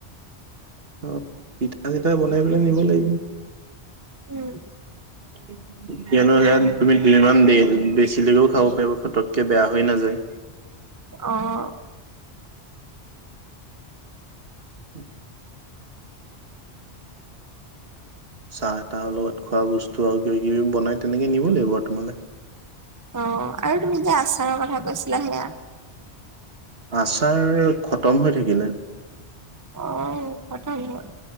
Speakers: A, on the right; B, on the right.
A: অ পিঠা চিঠা বনাই পেলাই নিব লাগিব।
B: উম
A: <unintelligible> কিয়নো সে তুমি দুইমান বেছিলৈকেও খাব পাৰিবা ফটককে বেয়া হৈ নাযায়।
B: অহ,
A: উম, চাহ তাহৰ লগত খোৱা বস্তু আৰু কিবা কিবি বনাই তেনেকে নিব লাগিব আৰু তোমালে।
B: অঁ, আৰু তুমি যে আচাৰৰ কথা কৈছিলা সেয়া।
A: আচাৰ খতম হৈ থাকিলে।
B: অঁ, খতম হয়